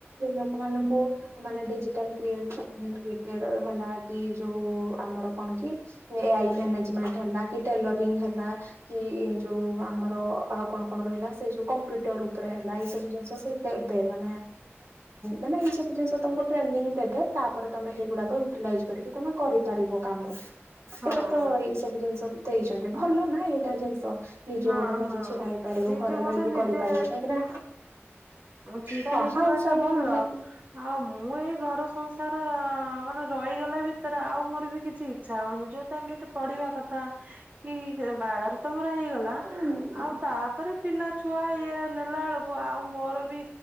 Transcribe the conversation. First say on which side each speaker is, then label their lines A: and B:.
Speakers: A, on the right (about 80°); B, on the right (about 35°).
A: ଲୋକମାନଙ୍କୁ ମାନେ ଡିଜିଟାଲ୍ କ୍ରିଏଟ୍ <unintelligible> ହେଲା କି ଯୋଉ ଆମର କଣ କି ଏ ଆଇ ମ୍ୟାନେଜମେଣ୍ଟ ହେଲା କି ଟେଲରିଂ ହେଲା କି ଯୋଉ ଆମର ଆଉ କଣ କଣ ରହିଲା ସେ ଯୋଉ କମ୍ପ୍ୟୁଟର ଉପରେ ହେଲା ଏଇ ସବୁ ଜିନିଷ ସେ ଦେବେ, ମାନେ ମାନେ ଏଇ ସବୁ ଜିନିଷ ତମକୁ ଟ୍ରେନିଂ ଦେବେ, ତାପରେ ତମେ ହେଇଗୁଡାକୁ ୟୁଟିଲାଇଜ୍ କରିକି ତମେ କରିପାରିବ କାମ। ସେଟା
B: ହଁ
A: ତ ସେ ଜିନିଷ ବି ଦେଇଛନ୍ତି। ଭଲ ନା ଏଇଟା ଜିନିଷ। ନିଜ
B: ହଁ
A: ଗୋଟେ ନିଜେ
B: ହଁ।
A: ଛିଡା ହେଇପାରିବ
B: ନିଜେ
A: ଘରେ
B: ଗୋଡ
A: ରହିକି
B: ରେ ନିଜେ
A: କରିପାରିବ କାହିଁକି ନା
B: ଛିଡା
A: ହଁ
B: ହେଇଯିବା
A: ହାଉସ
B: ଟା
A: ୱାଇଫ
B: ଭଲ।
A: ମାନେ
B: ଆଉ ମୁଁ ଏଇ ଘର ସଂସାର ମାନେ ରହିଗଲେ ବି ତାପରେ ଆଉ ମୋର ବି କିଛି ଇଚ୍ଛା ହଉନି। ଯୋଉ ଟାଇମ୍ ରେ ଏଠି ପଢିବା କଥା କି ବାହାଘର ତ ମୋର ହେଇଗଲା,
A: ହୁଁ
B: ଆଉ ତାପରେ ପିଲା ଛୁଆ ଇଏ ରେ ନେଲା ବେଳକୁ ଆଉ ମୋର ବି